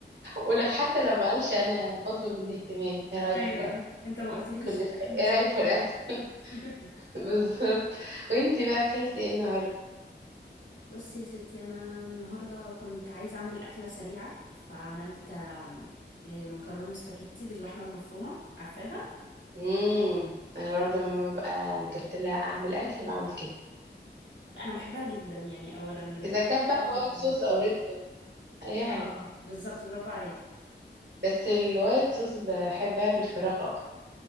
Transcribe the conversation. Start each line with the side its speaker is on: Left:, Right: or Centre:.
Right: ولو
Left: لله
Right: حتى لو ما قالش انا بطلب الاهتمام ايه رأيك
Left: ايوه
Right: في الاكل
Left: انت ما قلتليش
Right: كل شوية
Left: الاكل مش
Right: ايه رأيك
Left: حلو
Right: في الاكل
Left: ليه <laughs>
Right: <laughs> بالظبط وانتي بقى اكلتي ايه النهارده
Left: بصي يا ستي انا النهارده كنت عايزه اعمل اكله سريعه فعملت آم، إيه، مكرونه سباجيتي باللحمه المفرومه عارفاها
Right: امم انا برضه لما ببقى مكسلة اعمل اكل بعمل كده
Left: انا بحبها جدا يعني اولا من
Right: اذا
Left: الاكلات
Right: كانت بقى
Left: المفضله
Right: وايت صوص او ريد صوص اي حاجة
Left: اه بالظبط برافو عليك
Right: بس الوايت صوص بحبها بالفراخ اكتر